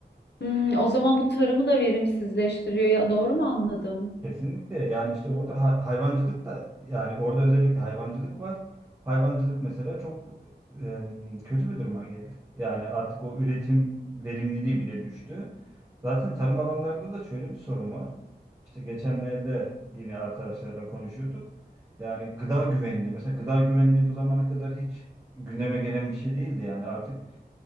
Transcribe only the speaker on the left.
hmm, o zaman bu tarımı da verimsizleştiriyor ya doğru mu anladım?